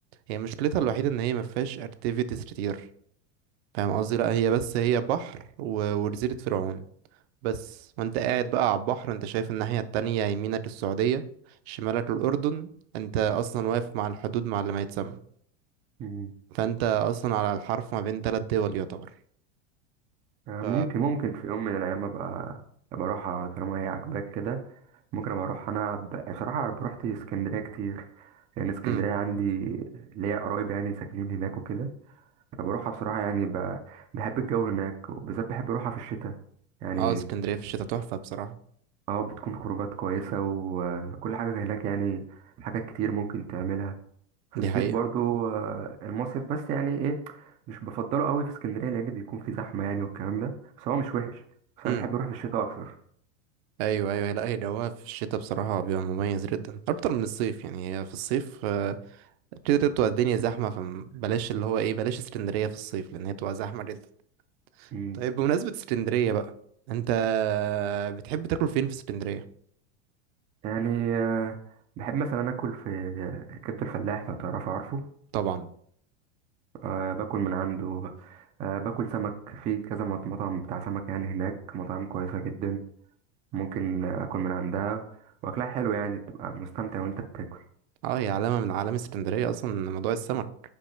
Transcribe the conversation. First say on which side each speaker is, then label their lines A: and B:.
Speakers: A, on the right (about 55°); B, on the right (about 20°).
A: هي مشكلتها الوحيده ان هي ما فيهاش اكتيفيتيز كتير فاهم
B: مم.
A: قصدي لا هي بس هي بحر و... وجزيره فرعون بس وانت قاعد بقى على البحر انت شايف الناحية التانية يمينك السعودية شمالك الأردن انت أصلا واقف مع الحدود مع اللي ما يتسمى
B: مم.
A: فانت أصلا على الحرف ما بين تلات دول يعتبر
B: آه،
A: ف
B: ممكن ممكن في يوم من الايام ابقى ابقى اروحها طالما هي عاجباك كده ممكن ابقى اروح انا ب- بصراحه أنا روحت اسكندريه كتير لان اسكندريه
A: امم
B: عندي ليا قرايب يعني ساكنين هناك وكده فبروحها بصراحه يعني ب... بحب الجو هناك وبالذات بحب اروحها في الشتاء يعني
A: اه اسكندرية في الشتاء تحفة بصراحة
B: اه بتكون خروجات كويسه وكل حاجه هناك يعني حاجات كتير ممكن تعملها في
A: دي
B: الصيف
A: حقيقة
B: برضو آه، المصيف بس يعني ايه مش بفضله قوي في اسكندريه لان بيكون في زحمه يعني والكلام ده بس هو مش وحش بس
A: امم
B: انا بحب اروح في الشتاء اكتر
A: ايوه ايوه لا هي جوها في الشتاء بصراحة بيبقى مميز جدا اكتر من الصيف يعني هي في الصيف آه، كده كده بتبقى الدنيا زحمة فبلاش اللي هو ايه بلاش اسكندرية في الصيف لأن هي بتبقى زحمة جدا
B: مم.
A: طيب بمناسبة اسكندرية بقى انت بتحب تاكل فين في اسكندرية
B: يعني آه، بحب مثلا اكل في آه، كبد الفلاح لو تعرفه عارفه
A: طبعا
B: أه باكل من عنده أه باكل سمك في كذا مط- مطعم بتاع سمك يعني هناك مطاعم كويسة جدا ممكن اكل من عندها واكلها حلو يعني تبقى مستمتع وانت بتاكل
A: اه هي علامة من علامة اسكندرية اصلا موضوع السمك